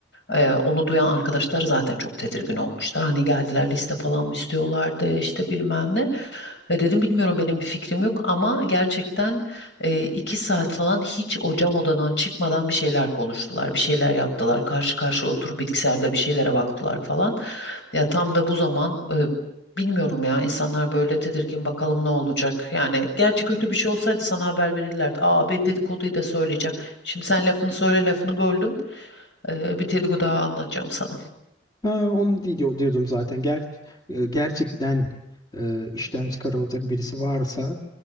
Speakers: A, on the left; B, on the left.
A: Eee, onu duyan arkadaşlar zaten çok tedirgin olmuşlar. Hani geldiler liste falan mı istiyorlardı işte bilmem ne. Ve dedim bilmiyorum benim bir fikrim yok ama gerçekten e, iki saat falan hiç o cam odadan çıkmadan bir şeyler konuştular. Bir şeyler yaptılar. Karşı karşıya oturup bilgisayarda bir şeylere baktılar falan. Ya tam da bu zaman e, bilmiyorum ya insanlar böyle tedirgin bakalım ne olacak. Yani gerçi kötü bir şey olsaydı sana haber verirlerdi. Aa bir dedikoduyu da söyleyeceğim. Şimdi sen lafını söyle lafını böldüm. E, bir dedikodu daha anlatacağım sana.
B: Ha, onu diyor, diyordum zaten. Ger e, gerçekten e, işten çıkarılacak birisi varsa